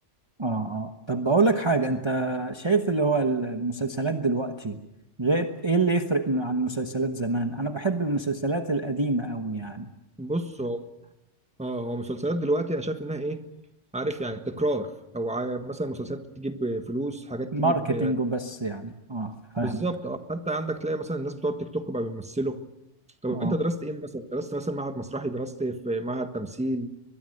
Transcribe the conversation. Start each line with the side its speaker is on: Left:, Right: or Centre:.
Right: اه اه طب بقول لك حاجة انت شايف اللي هو المسلسلات دلوقتي غير ايه اللي يفرق عن مسلسلات زمان انا بحب المسلسلات القديمة قوي يعني
Centre: بص هو اه هو مسلسلات دلوقتي انا شايف انها ايه عارف يعني تكرار او عا- مثلا مسلسلات تجيب فلوس حاجات
Right: ماركتينج
Centre: تجيب
Right: وبس يعني اه فاهمك
Centre: بالظبط اه حتى عندك تلاقي مثلا الناس بتوع التيك توك بقى بيمثلوا طب
Right: اه
Centre: انت درست ايه مثلا درست مثلا معهد مسرحي درست في معهد تمثيل